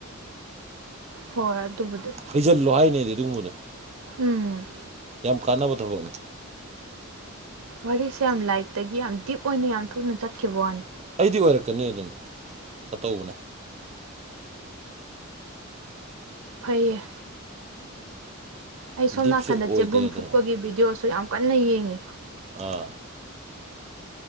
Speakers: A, on the right (about 75°); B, on the right (about 30°).
A: ꯍꯣꯏ ꯑꯗꯨꯕꯨꯗꯤ
B: ꯍꯩꯖꯤꯜꯂꯣ ꯍꯥꯏꯅꯦ ꯑꯩꯗꯤ ꯑꯗꯨꯒꯨꯝꯕꯗꯣ꯫
A: ꯎꯝ
B: ꯌꯥꯝ ꯀꯥꯟꯅꯕ ꯊꯕꯛꯅꯤ꯫
A: ꯋꯥꯔꯤꯁꯦ ꯌꯥꯝ ꯂꯥꯏꯛꯇꯒꯤ ꯌꯥꯝ ꯗꯤꯞ ꯑꯣꯏꯅ ꯌꯥꯝ ꯊꯨꯅ ꯆꯠꯈꯤꯕ ꯋꯥꯅꯤ꯫
B: ꯑꯩꯗꯤ ꯑꯣꯏꯔꯛꯀꯅꯤ ꯑꯗꯨꯅ ꯈꯇꯧꯕꯅꯦ꯫
A: ꯐꯩꯌꯦ ꯑꯩ ꯁꯣꯝ
B: ꯗꯤꯞꯁꯨ
A: ꯅꯥꯀꯟꯗ
B: ꯑꯣꯏꯗꯦ
A: ꯆꯦꯕꯨꯝ
B: ꯑꯗꯨꯅ
A: ꯐꯨꯛꯄꯒꯤ ꯚꯤꯗꯤꯑꯣꯁꯨ ꯌꯥꯝ ꯀꯟꯅ ꯌꯦꯡꯉꯤ꯫
B: ꯑꯥ